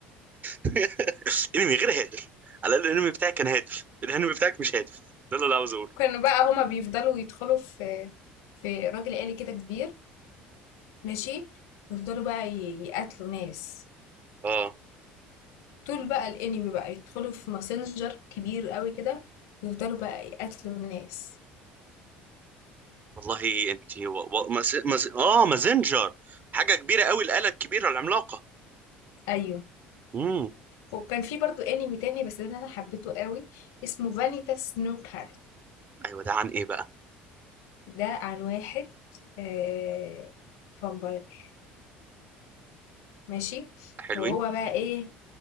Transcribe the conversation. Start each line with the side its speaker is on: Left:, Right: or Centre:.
Right: <laughs> انمي غير هادف على الاقل الانمي بتاعك كان هادف الانمي بتاعك مش هادف ده اللي انا عاوز اقوله
Left: كانوا بقى هما بيفضلوا يدخلوا في في راجل آلي كده كبير ماشي يفضلوا بقى ي- يقتلوا ناس
Right: اه
Left: طول بقى الانمي بقى يدخلوا في ماسنجر كبير قوي كده ويفضلوا بقى يقتلوا ناس
Right: والله انت و... و... مز... مز... اه مازنجر حاجه كبيره قوي الاله الكبيره العملاقه
Left: ايوه
Right: امم
Left: وكان في برضو انمي تاني بس ده انا حبيته قوي اسمه فانيتا سنوكر
Right: ايوه ده عن ايه بقى
Left: ده عن واحد آه، فامباير ماشي
Right: حلوين
Left: وهو بقى ايه